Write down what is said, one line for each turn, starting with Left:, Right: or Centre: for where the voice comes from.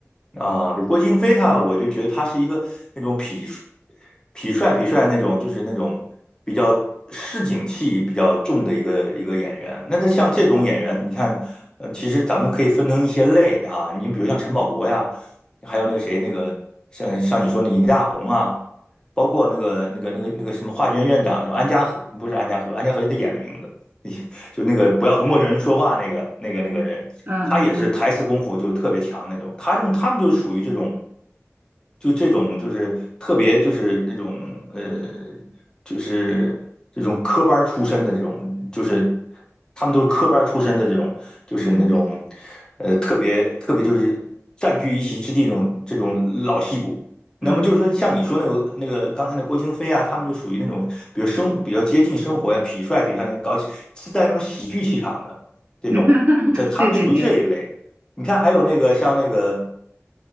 Left: 啊，对，郭京飞他，我就觉得他是一个那种痞痞帅痞帅那种，就是那种比较市井气比较重的一个一个演员。那他像这种演员，你看，呃，其实咱们可以分成一些类哈、你比如像陈宝国呀，还有那个谁，那个像像你说那倪大红啊，包括那个那个那个那个什么华卷院长，什么安家和不是安家和，安家和是他演的名字，<laughs> 就那个不要和陌生人说话那个那个那个人，
Right: 嗯嗯
Left: 他也是台词功夫就特别强那种。他这么他们就是属于这种，就这种就是特别就是这种呃就是这种科班出身的这种，就是他们都是科班出身的这种，就是那种
Right: 嗯
Left: 呃特别特别就是占据一席之地这种这种老戏骨。那么就是说，
Right: 嗯嗯，
Left: 像你说那个那个刚才那郭京飞啊，他们就属于那种比如生比较接近生活呀、痞帅痞帅那种搞喜自带那种喜剧气场的这种，
Right: <laughs>
Left: 这他们属于这一类。
Right: 对对对
Left: 你看，还有那个像那个